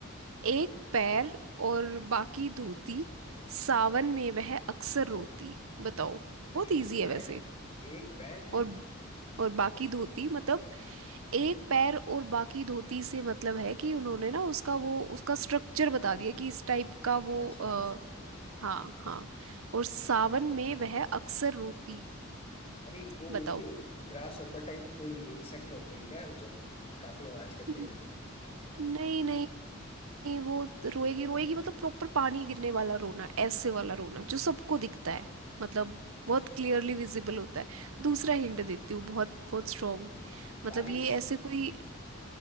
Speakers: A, on the right (about 75°); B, on the left (about 30°).
A: एक पैर और बाकी धोती सावन में वह अक्सर रोती बताओ बहुत
B: एक
A: इजी
B: पैर
A: है वैसे
B: एक पैर
A: और और बाकी धोती मतलब एक पैर और बाकी धोती से मतलब है कि उन्होंने ना उसका वो उसका स्ट्रक्चर बता दिया कि इस टाइप का वो
B: अच्छा
A: आ,
B: अच्छा
A: हाँ हाँ और सावन में वह अक्सर रोती
B: अरे वो
A: बताओ
B: उसकी ग्रास ऊपर टाइप की कोई इंसेक्ट होती है क्या जो काफी आवाज करती
A: न-
B: रहती है
A: नहीं नहीं नहीं, वो तो रोएगी रोएगी मतलब प्रॉपर पानी गिरने वाला रोना ऐसे वाला रोना जो सबको दिखता है मतलब बहुत क्लियरली विजिबल होता है दूसरा हिंट देती हूँ बहुत बहुत स्ट्रॉन्ग मतलब
B: बारिश
A: ये ऐसे कोई